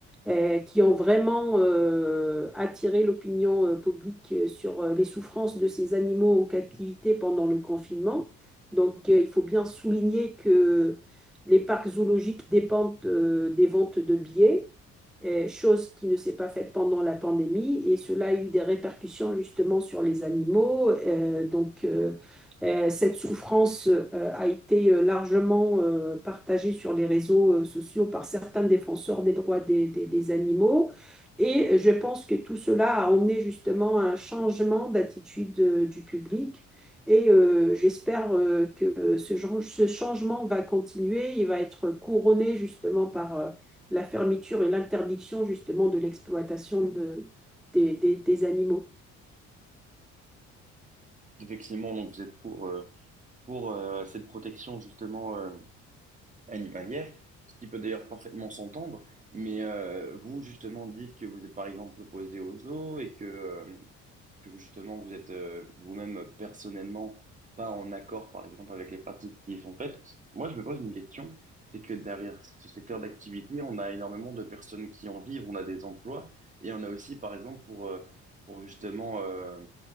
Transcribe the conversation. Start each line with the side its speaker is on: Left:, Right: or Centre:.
Centre: euh, qui ont vraiment euh, attiré l'opinion euh, publique sur euh, les souffrances de ces animaux en captivité pendant le confinement. Donc, euh, il faut bien souligner que les parcs zoologiques dépendent euh, des ventes de billets euh, chose qui ne s'est pas faite pendant la pandémie, et cela a eu des répercussions justement sur les animaux. Euh, donc, euh, euh, cette souffrance euh, a été euh, largement euh, partagée sur les réseaux euh, sociaux par certains défenseurs des droits des, des- des animaux. Et je pense que tout cela a emmené justement à un changement d'attitude euh, du public. Et euh, j'espère euh, que ce, genre- ce changement va continuer. Il va être couronné justement par, euh, la fermeture et l'interdiction justement de l'exploitation de, des, des- des animaux.
Right: Effectivement, donc vous êtes pour euh, pour euh, cette protection justement euh, animalière, ce qui peut d'ailleurs parfaitement s'entendre. Mais euh, vous, justement, dites que vous êtes par exemple opposé aux zoos et que euh, que justement vous êtes euh, vous-même personnellement pas en accord, par exemple, avec les pratiques qui y sont faites, moi je me pose une question, c'est que derrière ce secteur d'activité, on a énormément de personnes qui en vivent, on a des emplois, et on a aussi, par exemple, pour, euh, pour justement euh,